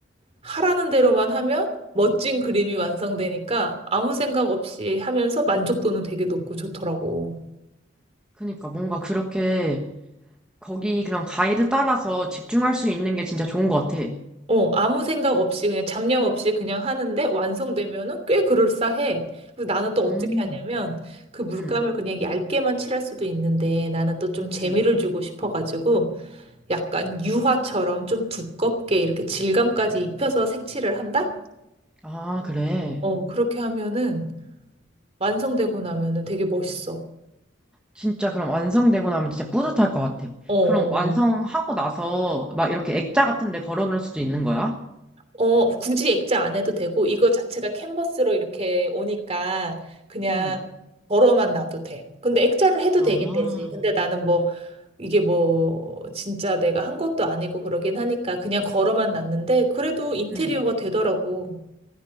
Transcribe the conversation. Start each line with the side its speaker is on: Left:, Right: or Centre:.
Right: 하라는 대로만 하면 멋진 그림이 완성되니까 아무 생각 없이 하면서 만족도는 되게 높고 좋더라고.
Centre: 그니까 뭔가 그렇게 거기 그런 가이드 따라서 집중할 수 있는 게 진짜 좋은 것 같아.
Right: 어, 아무 생각 없이 그냥 잡념 없이 그냥 하는데 완성되면은 꽤 그럴싸해. 그래서 나는 또
Centre: 음,
Right: 어떻게 하냐면 그 물감을
Centre: 음,
Right: 그냥 얇게만 칠할 수도 있는데 나는 또 좀 재미를
Centre: 음.
Right: 주고 싶어가지고 약간 유화처럼 좀 두껍게 이렇게 질감까지 입혀서 색칠을 한다?
Centre: 아, 그래.
Right: 어, 그렇게 하면은 완성되고 나면은 되게 멋있어.
Centre: 진짜 그럼 완성되고 나면 진짜 뿌듯할 것 같아.
Right: 어, 어,
Centre: 그럼 완성하고
Right: 어.
Centre: 나서 막 이렇게 액자 같은 데 걸어놓을 수도 있는 거야?
Right: 어, 굳이 액자 안 해도 되고, 이거 자체가 캔버스로 이렇게 오니까 그냥
Centre: 음.
Right: 걸어만 놔도 돼. 근데 액자를 해도
Centre: 아,
Right: 되긴 되지. 근데 나는 뭐, 이게 뭐, 진짜 내가 한 것도 아니고 그러긴 하니까 그냥 걸어만 놨는데, 그래도 인테리어가
Centre: 음.
Right: 되더라고.